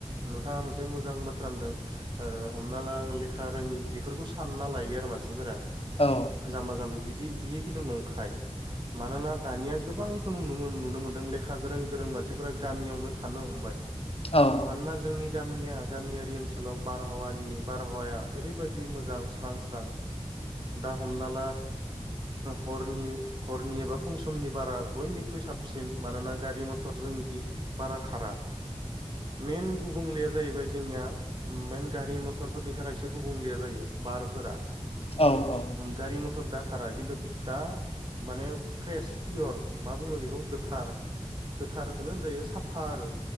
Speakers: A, on the right; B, on the left.
A: नोंथाङा मोनसे मोजां। मोजां बाथ्रा होनदों हमना ला लेखा रोङि बेफोरखौ सानना लायो आरो मानसिफोरा।
B: औ।
A: जाम्बा जाम्बि बिदि बियो खिन्थु नंखाय मानोना दानिया गोबां नुनो मोनदों लेखा गोरों गोरों मानसिफोरा गामियावनो थानो हमबाय।
B: औ।
A: मानोना जोंनि गामिया गामियारि ओनसोलाव बारहावानि बारहावाया ओरैबायदि मोजां स्रां स्रां। दा हमना ला हरनि एबा फुं समनि बारा बयनिख्रुइ साबसिन मानोना गारि मथर जोंनिख बारा खारा मेन गुबुंलेया जाहैबाय। जोंनिया मेन गारि मथरफोरनि थाखायसो गुबुंलेया जायो बारफोरा।
B: औ औ
A: गारि मटर दा खारा खिथु दा माने फ्रेस पियर मा बुङो बेखौ गोथार। गोथारखोनो होनजायो साफा आरो